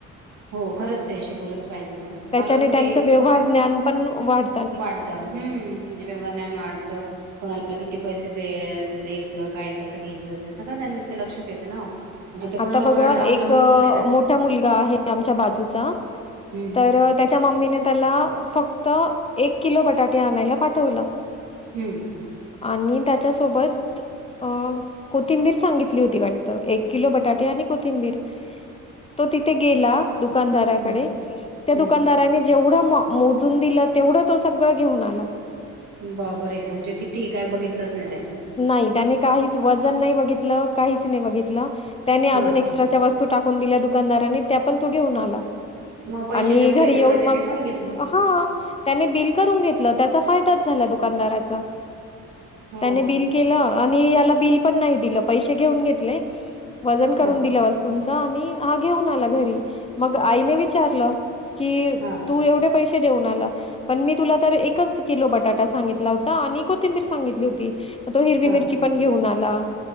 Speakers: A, on the right; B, on the left.
A: हो खरंच शिकवलंच पाहिजे
B: त्याच्याने
A: मला पण
B: त्यांचं
A: ते
B: व्यवहार
A: ह
B: ज्ञान पण वाढ
A: वाढत हम्म व्यवण्यान वाढतं कोणाला किती पैसे द्यायचं काय कसं घ्यायचं ते सगळं त्यांच्या लक्षात येतं ना म्हणजे ते कोणावर
B: आता बघा
A: अवलंबून
B: एक
A: पण नाही राहत
B: मोठा मुलगा आहे आमच्या बाजूचा
A: हम्म
B: तर त्याच्या मम्मीने त्याला फक्त एक किलो बटाटे आणायला पाठवलं
A: हम्म
B: आणि त्याच्यासोबत अ कोथिंबीर सांगितली होती वाटत एक... किलो बटाटे आणि कोथिंबीर तो तिथे गेला. दुकानदाराकडे
A: हम्म
B: त्या
A: हम्म
B: दुकानदारांनी..... जेवढं म मोजून दिलं तेवढं तो सगळं घेऊन आला.
A: बापरे आहे म्हणजे किती काय बघितलंच नाही त्यांनी....
B: नाही त्याने काहीच वजन नाही बघितलं काहीच नाही बघितलं त्याने अजून
A: हा.
B: एक.... एक्स्ट्राच्या वस्तू टाकून दिल्या दुकानदाराने त्या पण तो घेऊन आला.
A: मग पैसे
B: आणि
A: जेवढे
B: घरी
A: तेवढे
B: येऊन
A: त्यांनी
B: मग
A: ठेवून घेतले
B: हा.... त्याने बिल करून घेतलं त्याचा फायदाच झाला दुकानदाराचा
A: हो
B: त्याने...... बिल केलं आणि याला बिल पण नाही दिलं पैसे ठेऊन घेतले वजन करून
A: हा
B: दिल्या वस्तू.... हा आणि हा घेऊन आला घरी मग आईने विचारलं की
A: हा
B: तू एवढे.... पैसे देऊन आला..... पण मी तुला तर एकच किलो बटाटा सांगितला होता आणि कोथिंबीर सांगितली होती. तो हिरवी
A: हा.
B: मिरची पण घेऊन आला